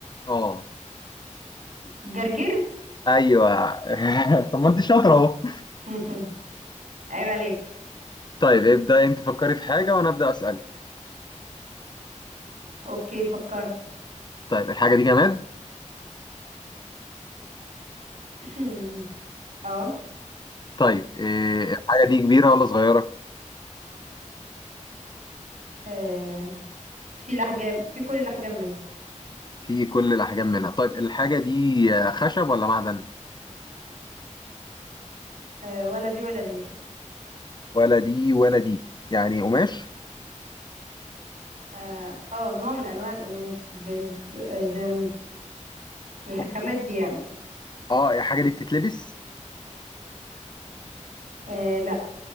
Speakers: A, on the left; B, on the right.
A: اه
B: جرجير
A: ايوه <laughs> طب ما انت شاطرة اهو
B: <laughs> عيب عليك
A: طيب ابدأ انت فكري في حاجة وانا ابدأ اسألك
B: اوكي فكرت
A: طيب الحاجة دي جماد
B: <clears throat> اه
A: طيب إيه الحاجة دي كبيرة ولا صغيرة
B: آه. في الأحجام في كل الأحجام منها
A: فيه كل الأحجام منها طيب الحاجة دي آه، خشب ولا معدن
B: آه ولا دي ولا دي
A: ولا دي ولا دي يعني قماش
B: اه آه، نوع من أنواع القماش جلد آه جنس الخامات
A: أوكي.
B: دي يعني
A: اه الحاجة دي بتتلبس
B: آه لا